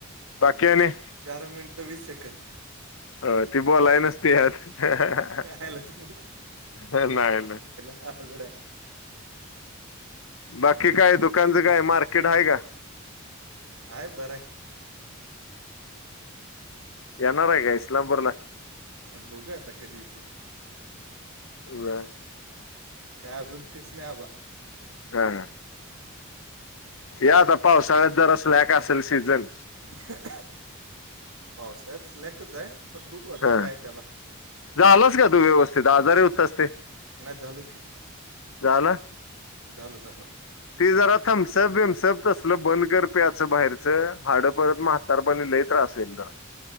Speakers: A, on the left; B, on the right.
A: बाकी आणि?
B: चार मिनटं वीस सेकंड
A: <inaudible> अ ती बोलाय नसती यार, हं हं
B: यायला ते
A: हं नाही ना
B: आवघडय
A: बाकी काय दुकानचं काय मार्केट आहे का?
B: हाय बरंय
A: येणाराय काय इस्लामपूरला?
B: अण बघूया आता कधी येती
A: बरं <unintelligible>
B: काय अजून फिक्स नाही बाबा
A: हा हा या आता पावसाळ्यात जर स्लॅम असंल सीझन?
B: <inaudible> पावसाळ्यात स्लॅकचाय पण बघू
A: हा
B: आता काय त्याला
A: झालास का तू व्यवस्थित आजार होतास ते
B: नाय झालू की
A: झाला
B: झाल झाल.
A: ते जरा थम्सप बेमसप तसल बंद कर ते पायच बाहेरच हाडं परत म तर पण लय त्रास आहे ना.